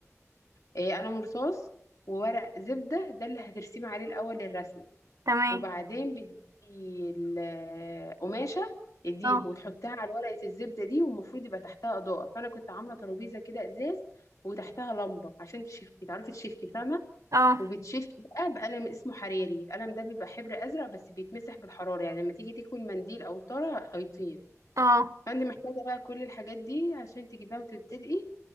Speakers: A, on the left (about 90°); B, on the right (about 75°).
A: آه، قلم رصاص وورق زبده ده اللي هترسمي عليه الاول الرسمه
B: <laughs> تمام
A: وبعدين بتجيبي القماشه دي
B: اه
A: وتحطها على ورقه الزبده دي والمفروض يبقى تحتها اضاءه فانا كنت عامله ترابيزه كده ازاز وتحتها لمبه عشان تشفي تعرفي تشفي فاهمه
B: اه
A: وبيتشفي بقى بقلم اسمه حراري القلم ده بيبقى حبر ازرق بس بيتمسح بالحراره يعني لما تيجي تكوي المنديل او الطاره هيطير
B: اه
A: فانت محتاجه بقى كل الحاجات دي عشان تجيبها وتبتدئي